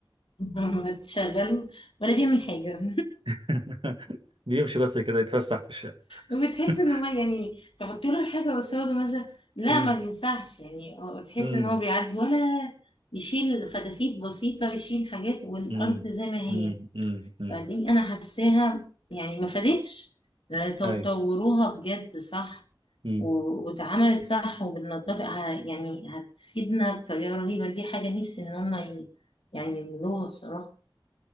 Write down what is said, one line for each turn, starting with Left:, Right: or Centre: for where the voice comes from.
Left: <laughs> لما تشغله ولا بيعمل حاجة
Right: <laughs> بيمشي بس كده يتفسح في الشارع
Left: وبتحس
Right: <laughs>
Left: ان هو يعني تحط له الحاجه قصاده مثلا لا
Right: مم.
Left: ما بيمسحش يعني هو تحس
Right: مم.
Left: ان هو بيعدي ولا يشيل فتافيت بسيطه يشيل حاجات والارض
Right: مم.
Left: زي ما هي
Right: مم. مم. مم.
Left: فدي انا حاساها يعني ما فادتش لأن تو-
Right: ايوه
Left: طوروها بجد صح
Right: مم.
Left: و- واتعملت صح وبالنظافه ه- يعني هتفيدنا بطريقه رهيبه دي حاجه نفسي ان هم ي- يعني يعملوها بصراحه